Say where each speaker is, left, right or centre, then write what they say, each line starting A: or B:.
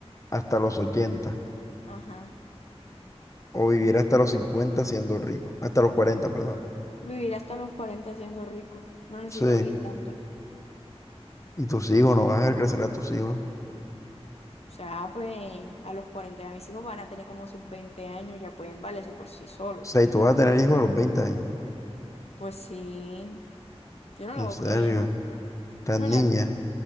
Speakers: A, on the left; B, on the left.
A: Hasta los ochenta
B: Ajá.
A: ¿O vivir hasta los 50 siendo rico? Hasta los cuarenta perdón.
B: Vivir hasta los 40 siendo rico. No necesito
A: Sí.
B: vivir tanto. O
A: ¿Y tus hijos? ¿No vas a ver crecer a tus hijos?
B: sea, pues a los 40 ya mis hijos van a tener como sus 20 años, ya pueden valerse por sí solos.
A: O sea, y tú vas a tener hijos a los veinte años.
B: Pues sí, yo no
A: En
B: le veo
A: serio,
B: problema.
A: tan
B: ¿Tú no le
A: niña.
B: ves problema?